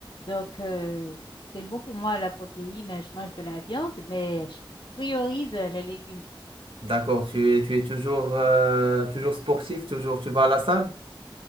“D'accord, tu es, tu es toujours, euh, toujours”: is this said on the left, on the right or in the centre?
Right